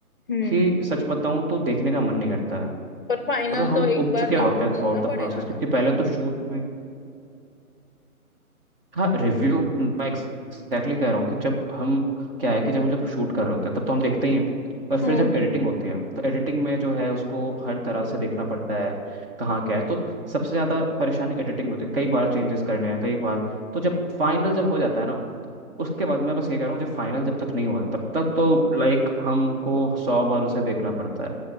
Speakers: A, on the left; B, on the right.
A: हम्म
B: कि सच बताऊं तो देखने का मन नहीं करता है
A: पर फाइनल
B: मतलब हम
A: तो एक
B: उब
A: बार
B: चुके
A: रिव्यू
B: होते हैं थ्रू
A: करना
B: आउट द
A: पड़ेगा
B: प्रोसेस
A: ना
B: क्योंकि पहले तो शूट में हाँ रिव्यू मैं एग्जैक्टली कह रहा हूँ कि जब हम क्या है कि जब हम जब शूट कर रहे होते हैं तब तो हम देखते ही हैं पर फिर
A: हम्म
B: जब एडिटिंग होती है तो एडिटिंग में जो है उसको हर तरह से देखना पड़ता है कहाँ क्या है तो सबसे ज़्यादा परेशानी एडिटिंग में होती है कई बार चेंजेस करने हैं कई बार तो जब फाइनल जब हो जाता है ना उसके बाद मैं बस ये कह रहा हूँ जब फाइनल जब तक नहीं हुआ है तब तक तो लाइक हमको सौ बार उसे देखना पड़ता है